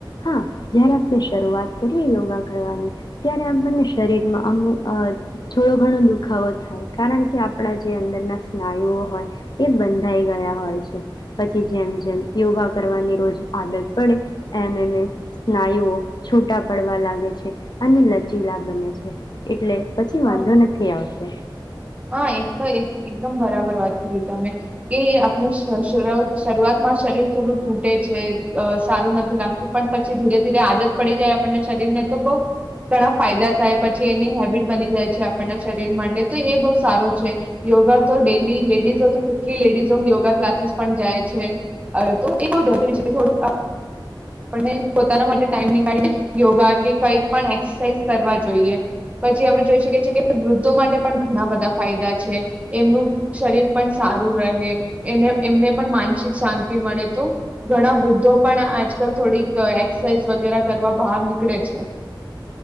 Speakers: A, on the left (about 60°); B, on the right (about 15°).
A: હા જયારે આપણે શરૂઆત કરીએ યોગા કરવાની. ત્યારે આપણને શરીરમાં અમુક અ થોડો ઘણો દુખાવો થાય કારણ કે આપણા જે અંદરના સ્નાયુઓ હોય એ બંધાઈ ગયા હોય છે પછી જેમ જેમ યોગા કરવાની રોજ આદત પડે એમ એમ સ્નાયુઓ છૂટા પડવા લાગે છે અને લચીલા બને છે એટલે. પછી વાંધો
B: હા
A: નથી આવતો.
B: હા એક એકદમ બરાબર વાત કરી તમે કે આપણે શરૂઆતમાં શરીર થોડું તૂટે છે સારું નથી લાગતું પણ, પછી ધીરે ધીરે આદત પડી જાય આપણના શરીર ને તો બહ ઘણા ફાયદા થાય પછી એની હેબિટ બની જાય છે આપણના શરીર માટે તો એ બહ સારો છે યોગા તો ડેલી લેડીઝો તો કેટલી લેડીઝો યોગા ક્લાસીસ પણ જાય છે તો એ બરૂરી છે થોડુંક પોના માટે ટાઈમનીળીને યોગા કે કંઈક પણ એક્સરસાઇઝ કરવા જોઈએ. પછી આપડણે જોઈ શકીએ છીએ કે વૃદ્ધો માટે પણ ઘણા બધા ફાયદા છે. એમનું શરીર પણ સારું રહે એને એમને પણ માનસિક શાંતિ મળે તો ઘણા વૃદ્ધો પણ આ આજલ થોડીક એક્સરસાઇઝ વગેરે કરવા બહાર નીકળે છે.